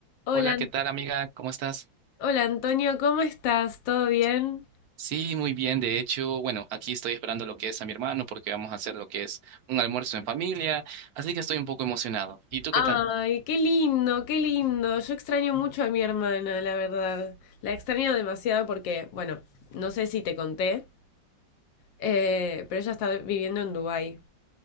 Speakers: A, on the left (about 75°); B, on the right (about 60°).
A: Hola,
B: Hola,
A: An-
B: ¿qué tal, amiga? ¿Cómo estás?
A: hola Antonio, ¿cómo estás? ¿Todo bien?
B: Sí, muy bien. De hecho, bueno, aquí estoy esperando lo que es a mi hermano porque vamos a hacer lo que es un almuerzo en familia, así que estoy un poco emocionado. ¿Y tú
A: Ay,
B: qué tal?
A: qué lindo, qué lindo. Yo extraño mucho a mi hermana, la verdad. La extraño demasiado porque, bueno, no sé si te conté, eh, pero ella está viviendo en Dubái.